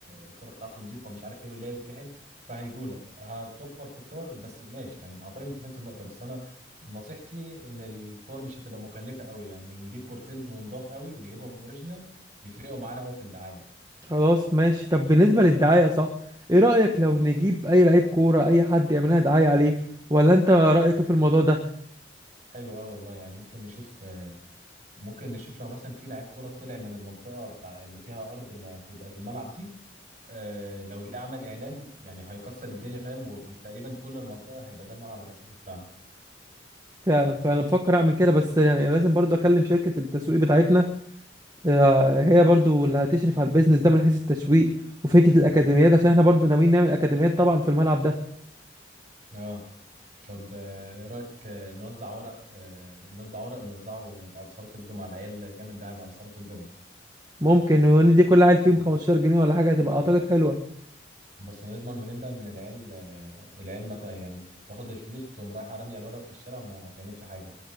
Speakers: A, on the right (about 40°); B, on the right (about 20°).
A: الكرة بتاعته نظيفة ومش عارف ايه واللعب فيه حلو فهيجولك هتوفر في الكور بس ماشي يعني اعتقد انت فهمت النقطة بس انا نصيحتي ان الكور مش هتبقى مكلفة قوي يعني نجيب كورتين ونضاف قوي نجيبهم اوريجينال يفرقوا معانا قوي في الدعاية
B: خلاص ماشي طب بالنسبة للدعاية صح ايه رأيك لو نجيب اي لعيب كورة اي حد يعمل لنا دعاية عليه ولا انت رأيك إيه في الموضوع ده
A: حلو قوي والله يعني ممكن نشوف آه، ممكن نشوف لو مثلا في لاعب كرة طلع من المنطقة بتاع اللي فيها أرض اللي هتبقى الملعب دي آه، لو جه عمل إعلان يعني هيكسر الدنيا فاهم وتقريبا كل المنطقة هيبقى ده الملعب الأساسي بتاعها
B: فعلا فانا بفكر اعمل كده بس يعني لازم برضو اكلم شركة التسويق بتاعتنا آه، هي برضو اللي هتشرف على البيزنس ده من حيث التسويق وفكرة الاكاديميات عشان احنا برضو ناويين نعمل اكاديميات طبعا في الملعب ده
A: اه طب آه، ايه رايك آه، نوزع ورق آه، نطبع ورق نوزعه بعد صلاه الجمعه العيال تعمل دعايه بعد صلاه الجمعه
B: ممكن وندي كل عيل فيهم 15 جنيه ولا حاجة هتبقى اعتقد حلوة
A: بس نضمن منين بقى ان العيال آه، العيال متى يعني تاخد الفلوس تقوم رايحه راميه الورق في الشارع وما تعملش حاجه